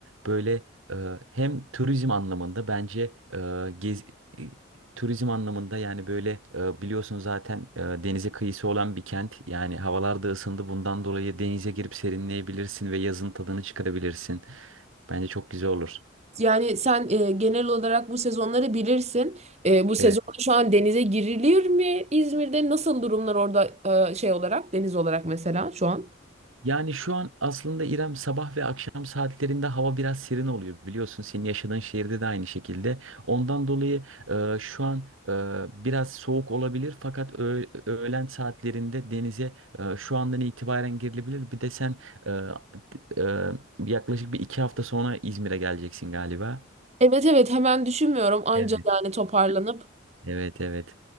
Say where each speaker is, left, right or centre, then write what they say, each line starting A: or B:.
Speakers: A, on the right; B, on the right.
A: böyle e, hem turizm anlamında bence e, gez, e, turizm anlamında yani böyle e, biliyorsun zaten e, denize kıyısı olan bir kent. Yani havalar da ısındı bundan dolayı denize girip serinleyebilirsin ve yazın tadını çıkarabilirsin. Bence çok güzel olur.
B: Yani sen e, genel olarak bu sezonları bilirsin. E, bu sezonda
A: Evet.
B: şu an denize girilir mi İzmir'de? Nasıl durumlar orada e, şey olarak deniz olarak mesela şu an?
A: Yani şu an aslında İrem sabah ve akşam saatlerinde hava biraz serin oluyor biliyorsun. Senin yaşadığın şehirde de aynı şekilde. Ondan dolayı e, şu an e, biraz soğuk olabilir fakat öğ- öğlen saatlerinde denize e, şu andan itibaren girilebilir. Bir de sen e, e, yaklaşık bir iki hafta sonra İzmir'e geleceksin galiba.
B: Evet evet hemen düşünmüyorum anca
A: Evet.
B: yani toparlanıp.
A: Evet evet.